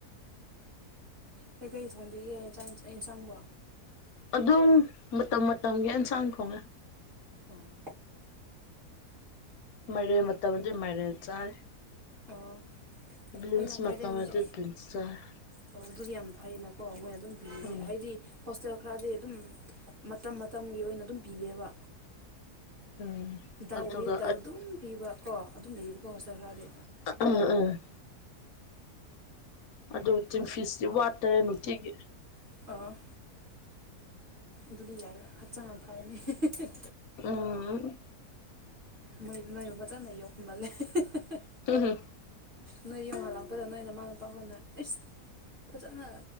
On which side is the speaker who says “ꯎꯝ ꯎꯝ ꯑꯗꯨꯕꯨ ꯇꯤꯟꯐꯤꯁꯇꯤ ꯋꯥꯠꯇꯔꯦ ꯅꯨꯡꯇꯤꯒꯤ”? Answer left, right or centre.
Left